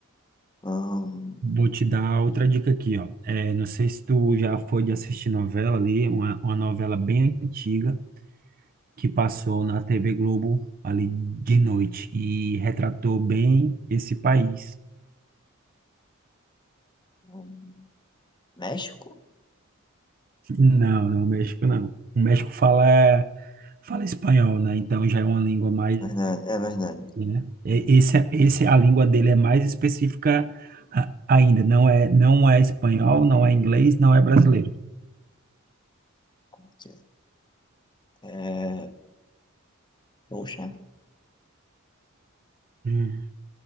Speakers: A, on the left (about 20°); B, on the right (about 45°).
A: Hum,
B: Vou te dar outra dica aqui, ó. É, não sei se tu já foi de assistir novela ali, uma, uma novela bem antiga. que passou na TV Globo ali de noite e retratou bem esse país.
A: hum, México?
B: Não, não, o México não. O México fala, fala espanhol, né? Então já é uma língua mais,
A: Verdade, é verdade.
B: né? E- Esse, é, esse, a língua dele é mais específica a- ainda. Não é, não é espanhol, não é inglês, não é brasileiro.
A: Ok. É, Poxa.
B: Hum.